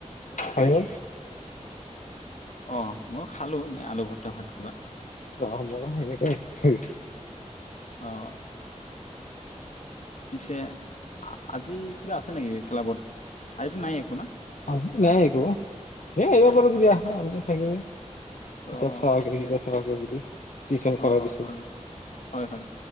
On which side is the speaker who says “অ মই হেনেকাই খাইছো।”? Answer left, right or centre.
Left